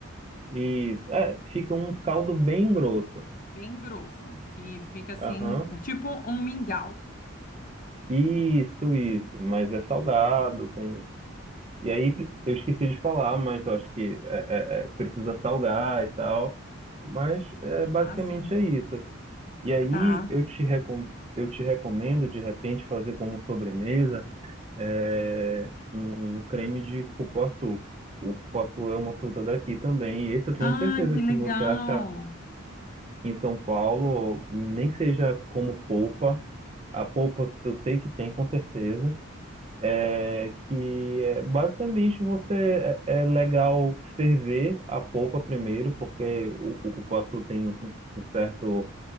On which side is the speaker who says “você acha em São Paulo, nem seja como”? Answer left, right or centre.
Right